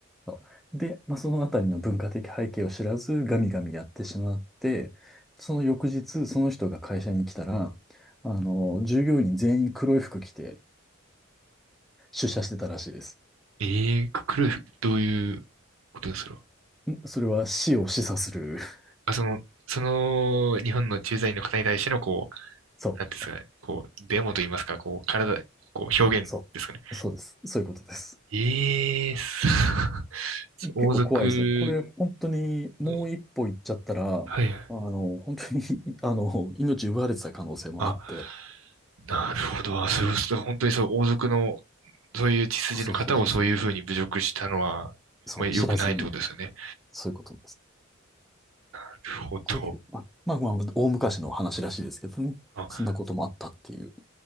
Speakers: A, in the centre; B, on the right.
A: そうで、まあ、そのあたりの文化的背景を知らず、ガミガミやってしまって、その翌日、その人が会社に来たら、あの、従業員全員黒い服着て、出社してたらしいです。
B: ええー、クルどういうことですか
A: んそれは死を示唆する。<laughs>
B: あ、その、その、日本の駐在員の方に対しての、こう、
A: そう、
B: なんていうんですかね、こう、デモと言いますか、こう、体、こう、表現ですかね。
A: そう、そうです。そういうことです。
B: ええー、<laughs> そう、王族
A: 結構怖いですよ。これ、本当に、もう一歩行っちゃったら、
B: の、
A: あの、
B: はいはい。
A: 本当に <laughs> あの、命奪われてた可能性もあって、
B: あ、なるほど。あそう、そう本当にそう、王族の、そういう血筋の方をそういうふうに侮辱したのは、
A: そうそうそうそう、そう、
B: まあ、良くないってことですよね。
A: 知らずに、そういうことです。
B: なるほど。
A: という、あ、まあまあ、大昔の話らしいですけどね。
B: あ
A: そんなこともあったっていう。